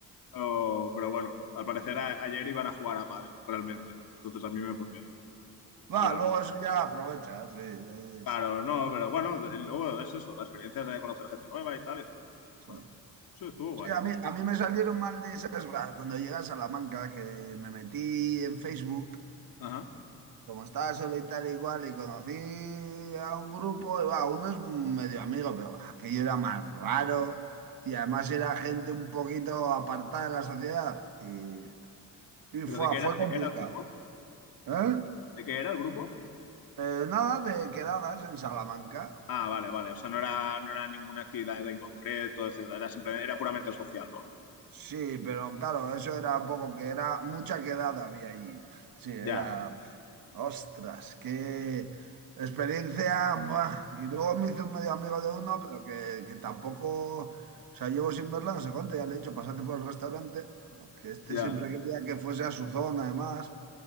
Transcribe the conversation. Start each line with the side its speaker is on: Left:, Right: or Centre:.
Left: Pero, pero bueno, al parecer a- ayer iban a jugar a pádel, realmente. Entonces a mí me fue bien.
Right: Va,
Left: Pero
Right: luego
Left: sí.
Right: eso ya aprovecha, sí, es-
Left: Claro, no, pero bueno, de- luego es eso, la experiencia de conocer gente nueva y tal. y eso,
Right: sí.
Left: bueno, eso estuvo guay.
Right: Sí, a mí, a mí me salieron mal de esas bah, cuando llegué a Salamanca, que me metí en Facebook,
Left: Ajá.
Right: como estaba solo y tal igual, y conocí a un grupo, y bah, uno es medio amigo, pero bah, aquello era más raro, y además era gente un poquito apartada de la sociedad, y, y
Left: ¿Pero
Right: fue,
Left: de qué era,
Right: fue
Left: de
Right: complicado.
Left: qué era el grupo?
Right: ¿Eh?
Left: ¿De qué era el grupo?
Right: Eh, nada de quedadas en Salamanca.
Left: Ah, vale, vale. O sea, no era, no era ninguna actividad en concreto, etcétera. Era simplemente, era puramente social, ¿no?
Right: Sí, pero claro, eso era un poco que era mucha quedada había allí. Sí, era.
Left: Ya,
Right: Ostras, qué experiencia. buah. Y luego me hice un medio amigo de uno, pero que, que tampoco, o sea, llevo sin verla no sé cuánto, ya le he dicho, pásate por el restaurante, que este
Left: ya,
Right: siempre quería que fuese a su zona, además,